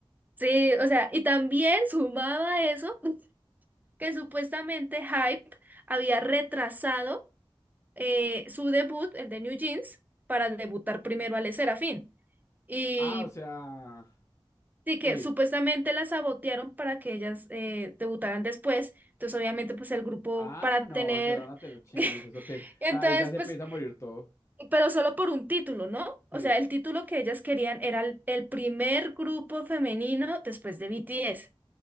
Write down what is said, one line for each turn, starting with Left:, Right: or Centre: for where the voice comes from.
Right: Sí, o sea, y también sumaba eso <laughs> que supuestamente Hype había retrasado eh, su debut, el de New Jeans, para debutar primero al Serafín. Y
Left: Ah, o sea,
Right: Sí, que
Left: uy,
Right: supuestamente la sabotearon para que ellas eh, debutaran después. Entonces, obviamente, pues el grupo
Left: ah,
Right: para
Left: no,
Right: tener.
Left: empezaron a tener chismes,
Right: <laughs>
Left: eso que,
Right: Entonces,
Left: ahí ya se
Right: pues,
Left: empieza a morir todo.
Right: pero solo por un título, ¿no? O
Left: Sí.
Right: sea, el título que ellas querían era el, el primer grupo femenino después de BTS.